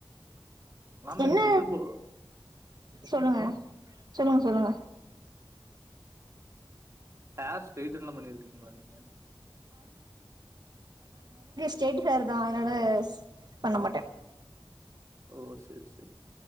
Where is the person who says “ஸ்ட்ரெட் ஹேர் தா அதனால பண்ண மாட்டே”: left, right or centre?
Right